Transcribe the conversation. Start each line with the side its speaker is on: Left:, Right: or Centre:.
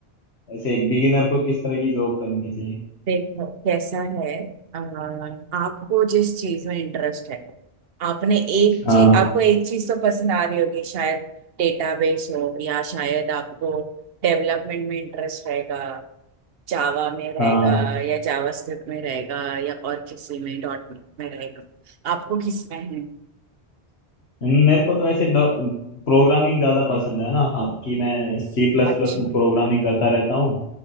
Left: ऐसे एक बिगिनर को किस तरह की जॉब करनी चाहिए
Right: देखो कैसा है अ, आपको जिस चीज में इंटरेस्ट है आपने एक
Left: हाँ
Right: चीज आपको एक चीज तो पसंद आ रही होगी शायद डेटाबेस हो या शायद आपको डेवलपमेंट में इंटरेस्ट रहेगा जावा में रहेगा
Left: हाँ
Right: या जावा स्क्रिप्ट में रहेगा या और किसी में डॉट नेट में रहेगा आपको किस में है
Left: मेरे को तो ऐसे प्रोग्रामिंग ज्यादा पसंद है ना कि मैं सी प्लस
Right: अच्छा
Left: प्लस में प्रोग्रामिंग करता रहता हूँ